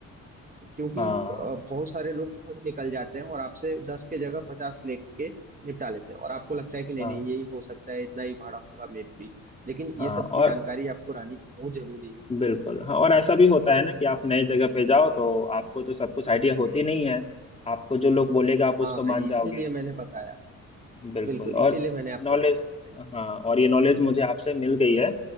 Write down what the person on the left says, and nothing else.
हाँ
हाँ
हाँ
और
बिल्कुल हाँ और ऐसा भी होता है ना कि आप नए जगह पे जाओ तो आपको तो सब कुछ आइडिया होती नहीं है आपको जो लोग बोलेगा आप उसको
मान
जाओगे
बिल्कुल
और
नॉलेज
हाँ और ये नॉलेज मुझे आपसे मिल गई है